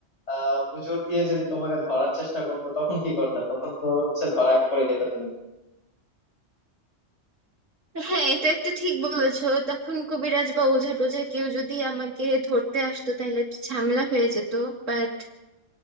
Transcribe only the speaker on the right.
হ্যাঁ এটা একটা ঠিক বলেছো তখন কবিরাজ বা ওঝা টোঝা কেউ যদি আমাকে ধরতে আসতো তাহলে একটু ঝামেলা হয়ে যেত বাট